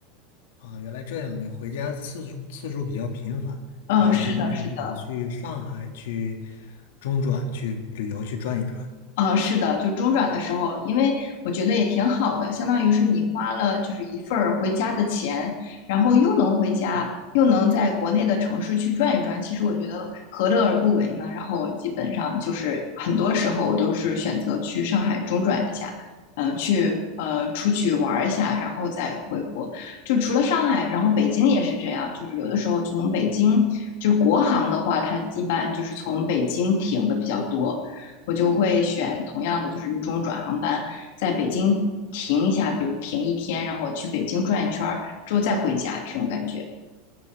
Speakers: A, on the left (about 75°); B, on the left (about 60°).
A: 啊，原来这样，你回家次数次数比较频繁，
B: 嗯，
A: 然后就会选择去上海去
B: 是的，是的，
A: 中转去旅游去转一转。
B: 呃，是的，就中转的时候，因为我觉得也挺好的，相当于是你花了就是一份儿回家的钱，然后又能回家，又能在国内的城市去转一转，其实我觉得何乐而不为呢？然后我基本上就是很多时候我都是选择去上海中转一下，嗯、去呃出去玩儿一下，然后再回国。就除了上海，然后北京也是这样，就是有的时候从北京，就是国航的话，它一般就是从北京停的比较多。我就会选同样的，就是那种转航班，在北京停一下，比如停一天，然后我去北京转一圈儿之后再回家，这种感觉。